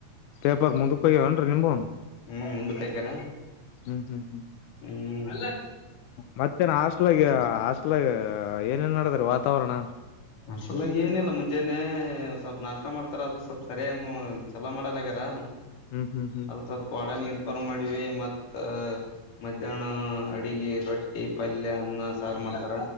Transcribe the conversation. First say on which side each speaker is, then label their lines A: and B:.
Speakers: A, on the left (about 80°); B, on the left (about 60°).
A: ಪೇಪರ್ ಮುಂದಕ್ ಹೋಗ್ಯವನ್ರಿ ನಿಂಬುನು
B: ಹ್ಮ್ ಮುಂದಕ್ಕೆ ಹಕ್ಯಾರ
A: ಹ್ಮ್ ಹ್ಮ್ ಹ್ಮ್
B: ಹ್ಮ.
A: ಮತ್ತೇನ್ ಹಾಸ್ಲಾಗ. ಅಲಾಗ ಏನ ಏನ್ ಮಾಡದಾರ ವಾತಾವರಣ.
B: ಅಸಲ ಏನಿಲ್ಲಾ ಮುಂಜಾನೆ ಸ್ವಲ್ಪ ನಾಷ್ಟ ಮಾಡ್ತಾರ ಅದು ಸ್ವಲ್ಪ್ ಸರಿಯಾಗಿ ಚಲೋ ಮಾಡಲ್ಗ್ಯಾರ.
A: ಹ್ಮ್ ಹ್ಮ್ ಹ್ಮ್
B: ಅದು ಸ್ವಲ್ಪ ಹೊಡ ನಿ. ಪ್ಪರ್ ಮಾಡವಿ ಮತ್ತ ಮಧ್ಯಾಹ್ನ ಅಡಗಿ ರೊಟ್ಟಿ ಪಲ್ಯ ಅನ್ನ ಸಾರು ಮಾಡ್ತಾರ.